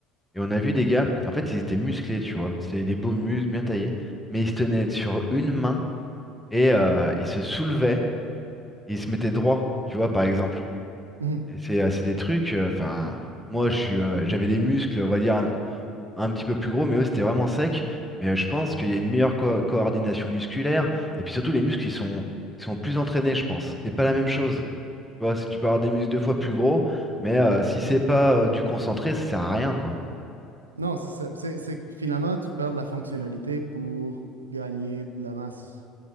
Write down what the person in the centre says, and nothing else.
Et on a vu des gars. En fait, ils étaient musclés, tu vois. C'était des beaux muscles,
bien taillés. Mais ils se tenaient sur une main. Et euh, ils se soulevaient. Et ils se mettaient droit, tu vois, par exemple.
Et C'est euh, c'est des trucs. euh, Enfin, moi, je suis, euh, j'avais des muscles, on va dire. un petit peu plus gros, mais eux, c'était vraiment sec. Mais euh, je pense qu'il y a une meilleure co- coordination musculaire. Et puis surtout, les muscles, ils sont, ils sont plus entraînés, je pense. C'est pas la même chose. Tu vois, si tu peux avoir des muscles deux fois plus gros, mais euh, si c'est pas euh, du concentré, ça sert à rien, quoi.